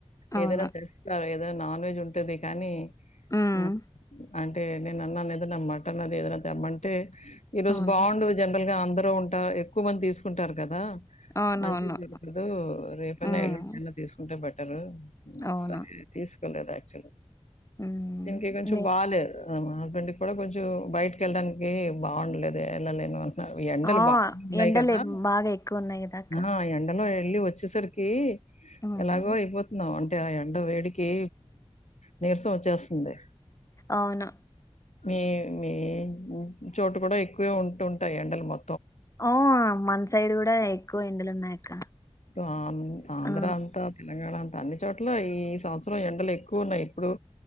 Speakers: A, on the left; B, on the left.
A: అవును
B: ఏదైనా తెస్తార ఏదైనా నాన్ వెజ్ ఉంటది కానీ
A: ఉమ్
B: ఆ అంటే నేను అన్నా ఏదన్నా మటన్ అది ఏదైనా తెమ్మంటే ఈ రోజు
A: అవును
B: బాగుండదు జనరల్ వే అందరు ఉంటే ఎక్కువ మంది తీసుకుంటారు గదా
A: అవునవును
B: మంచిది దొరకదు రేపైనా
A: ఉమ్
B: ఎల్లుండైనా తీసుకుంటే బట్ అన్ మ్మ్
A: అవును
B: సరి తీసుకెల్లలే చరే
A: ఉమ్
B: దీనికి కొంచం
A: మీ
B: బాలేదు ఆమ ఇట్టాంటప్పుడు కొంచెం బయటిక వెళ్ళడానికి బాగుండదు గదే ఎల్లలేను ఎండలు
A: ఆ
B: బా ఉన్నాయి
A: ఎండలు
B: కదా
A: బాగా ఎక్కువ ఉన్నాయి కదా అక్క
B: ఆ ఎండలో మళ్ళీ వచ్చేసరికి
A: ఉమ్,
B: ఎలాగో అయిపోతున్నావ్ అ ఆ ఎండ వేడికి నీరసం వచ్చేస్తుంది
A: అవును
B: మ్ ఎ చోటు కూడా ఎక్ ఎక్వ ఉంటుంటయి ఎండ మొ
A: ఓ మన సైడ్ కూడా ఎక్కువ ఎండలు ఉన్నాయక్క
B: ఆ ఆంధ్ర
A: ఆ
B: అంతా తెలంగాణ అన్ని చోట్ల ఈ సంవత్సరం ఎండలు ఎక్కువ ఉన్నాయి ఇప్పుడు